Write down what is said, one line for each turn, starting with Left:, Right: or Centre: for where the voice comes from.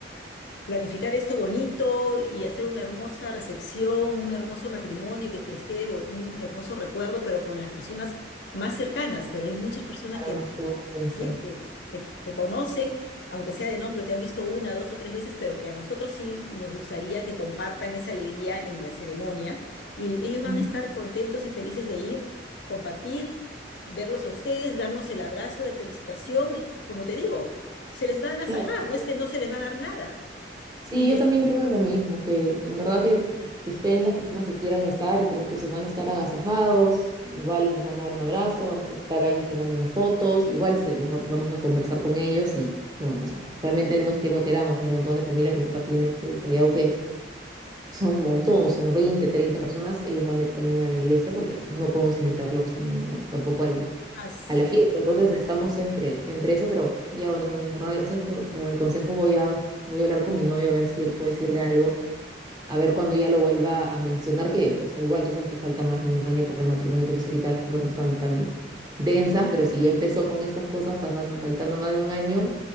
Left: planificar esto bonito y hacer una hermosa recepción, un hermoso matrimonio y que les quede bon- un hermoso recuerdo, pero con las personas más cercanas. Pero hay muchas personas
Right: claro,
Left: que,
Right: no sé cómo pueden
Left: así
Right: estar.
Left: es, que, que te conocen, aunque sea de nombre, te han visto una, dos o tres veces, pero que a nosotros sí nos gustaría que compartan esa alegría en la ceremonia y ellos van
Right: Ujú,
Left: a estar contentos y felices de ir, compartir. verlos a ustedes, darnos el abrazo de felicitación, y, como te digo, se les va a agasajar,
Right: Claro.
Left: no es que no se les va a dar nada, y
Right: Sí,
Left: de-
Right: yo también creo lo mismo, que en verdad que, que estén las personas que quieran estar y como tú dices, van a estar agasajados, igual nos van a dar un abrazo, vamos a estar ahí tomándonos fotos, igual se, los va- vamos a conversar con ellos y, como, o sea, realmente no es que no queramos, hay un montón de familia que mi papá tiene del Callao que son un montón, son 20 30 personas, ellos van a ir también a la iglesia porque no podemos invitarlos también a- tampoco al,
Left: así
Right: a la fiesta. Entonces
Left: es,
Right: estamos entre, entre eso, pero ya bueno, mami, en verdad, gracias por, por el consejo. Voy a, voy a hablar con mi novio a ver si él puede decirle algo a ver cuando ya lo vuelva a mencionar, que, o sea, igual tú sabes que falta más de un año para el matrimonio, entonces ahorita las cosas no están tan densas, pero si ya empezó con estas cosas pasando, faltando más de un año,